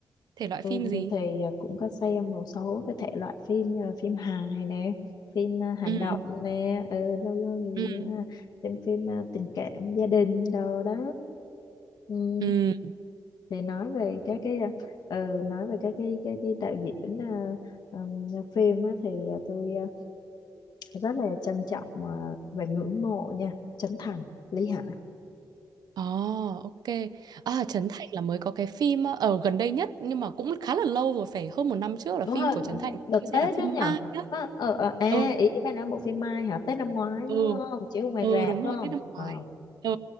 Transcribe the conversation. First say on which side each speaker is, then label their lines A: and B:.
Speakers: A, on the right; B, on the left.
A: Thể loại
B: Tôi
A: phim gì?
B: thì à, cũng có xem một số cái thể loại phim như là phim hài nè, phim à, hành
A: Ừ.
B: động nè, ừ, lâu lâu thì
A: Ừ.
B: à, xem phim à, tình cảm gia đình đồ đó. Ừ,
A: Ừ.
B: thì nói về các cái à, ừ, nói về các cái cái cái đạo diễn à, ừm, à, phim á, thì à, tôi à, rất là trân trọng à, và ngưỡng mộ nha, Trấn Thành, Lý Hải.
A: Ồ, ok. À, Trấn Thành là mới có cái phim ờ, ở gần đây nhất nhưng mà cũng khá là lâu rồi, phải hơn một năm trước là
B: đúng
A: phim
B: rồi
A: của Trấn Thành, phim
B: đợt
A: tôi
B: Tết
A: xem là phim
B: đó nhở
A: Ma nhá.
B: à, ờ, ờ, à
A: Ừ,
B: ý bà nói bộ phim Mai hả Tết năm ngoái
A: ừ,
B: đúng không chiếu ở ngoài
A: ừ
B: rạp
A: đúng
B: phải
A: rồi,
B: không
A: Tết năm ngoái.
B: ờ,
A: Ừ,